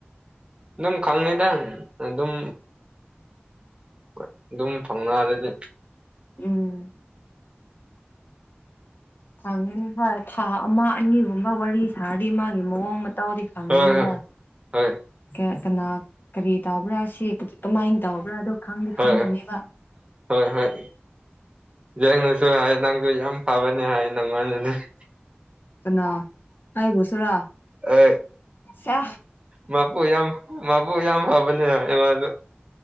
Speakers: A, on the right (about 30°); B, on the left (about 55°).
A: ꯑꯗꯨꯝ ꯈꯪꯅꯗ ꯑꯗꯨ ꯑꯗꯨꯝ ꯍꯣꯏ ꯑꯗꯨꯝ ꯐꯪꯅꯔꯗꯤ
B: ꯎꯝ ꯊꯥꯡꯉꯅꯤ ꯍꯣꯏ ꯊꯥ ꯑꯃ ꯑꯅꯤꯒꯨꯝꯕ ꯋꯥꯔꯤ ꯁꯥꯔꯗꯤ ꯃꯥꯒꯤ ꯃꯑꯣꯡ ꯃꯇ ꯇ ꯑꯣꯗꯤ ꯈꯪꯒꯅꯤꯗ
A: ꯍꯣꯏ ꯍꯣꯏ ꯍꯣꯏ
B: ꯀ ꯀꯅꯥ ꯀꯔꯤ ꯇꯧꯕ꯭ꯔꯥ ꯁꯤ ꯀꯃꯥꯏꯅ ꯇꯧꯕ꯭ꯔꯥ ꯑꯣ ꯈꯪꯗꯤ
A: ꯍꯣꯏ
B: ꯈꯪꯒꯅꯦꯕ
A: ꯍꯣꯏ ꯍꯣꯏ ꯑꯩꯅꯁꯨ ꯍꯥꯏ ꯅꯪꯁꯨ ꯌꯥꯝ ꯐꯕꯅꯦ ꯍꯥꯏ ꯅꯪꯉꯣꯟꯗꯗꯤ <inaudible>
B: ꯀꯅꯥ ꯑꯩꯕꯨ ꯁꯨꯔꯥ
A: ꯑ
B: ꯁꯦ
A: ꯃꯄꯨ ꯌꯥꯝ ꯃꯥꯄꯨ ꯌꯥꯝ ꯍꯥꯕꯅꯦ ꯌꯥ ꯑꯦꯃꯗ